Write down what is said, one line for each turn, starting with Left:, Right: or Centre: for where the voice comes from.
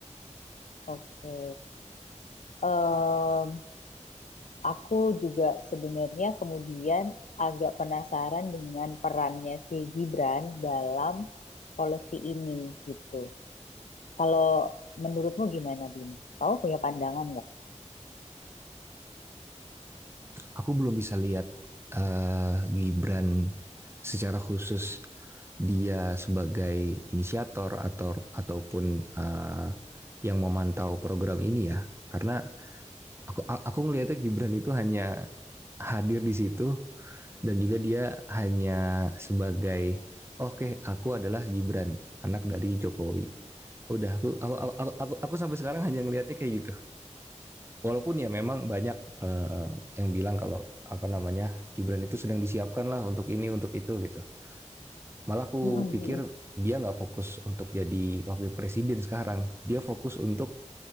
Left: Oke. Em, aku juga sebenarnya kemudian agak penasaran dengan perannya si Gibran dalam policy ini gitu. Kalau menurutmu gimana, Bim? Kamu punya pandangan nggak?
Right: aku belum bisa lihat eh, Gibran secara khusus dia sebagai inisiator atau ataupun eh, yang memantau program ini ya karena aku aku ngelihatnya Gibran itu hanya hadir di situ dan juga dia hanya sebagai oke okay, aku adalah Gibran anak dari Jokowi udah aku aku aku, aku, aku, sampai sekarang hanya ngelihatnya kayak gitu walaupun ya memang banyak eh, yang bilang kalau apa namanya Gibran itu sedang disiapkan lah untuk ini untuk itu gitu malah aku
Left: Mm-mm,
Right: pikir
Left: mm-mm.
Right: dia nggak fokus untuk jadi wakil presiden sekarang dia fokus untuk